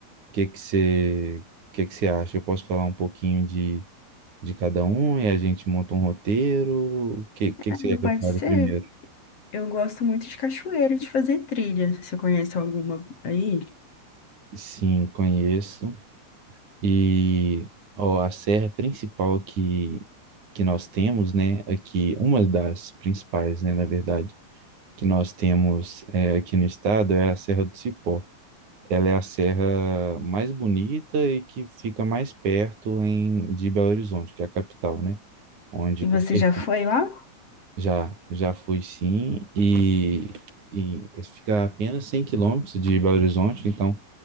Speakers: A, on the right; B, on the left.
A: O que que você, o que que você acha? Eu posso falar um pouquinho de, de cada um e a gente monta um roteiro? O que, que
B: Ah,
A: que você quer
B: é,
A: que
B: pode
A: eu fale
B: ser.
A: primeiro?
B: Eu gosto muito de cachoeira, de fazer trilha. Você conhece alguma aí?
A: Sim, conheço. E ó, a serra principal que, que nós temos, né, aqui, uma das principais, né, na verdade, que nós temos é, aqui no estado é a Serra do Cipó. Ela é a serra mais bonita e que fica mais perto em, de Belo Horizonte, que é a capital, né? Onde
B: E
A: com
B: você
A: certeza
B: já foi lá?
A: já, já fui sim, e, e fica a apenas 100 quilômetros de Belo Horizonte, então